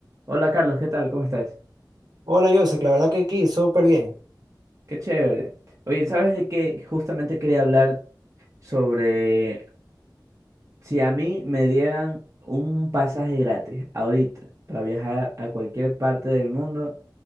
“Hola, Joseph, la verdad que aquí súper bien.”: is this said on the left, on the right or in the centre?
Right